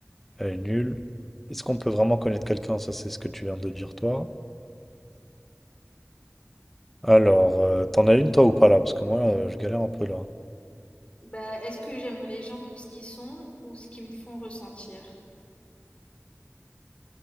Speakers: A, in the centre; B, on the left.
A: Elle est nulle. Est-ce qu'on peut vraiment connaître quelqu'un? Ça, c'est ce que tu viens de dire, toi. Alors, euh, t'en as une, toi, ou pas, là? Parce que moi, euh, je galère un peu, là.
B: Bah, est-ce que j'aime les gens pour ce qu'ils sont ou ce qu'ils me font ressentir?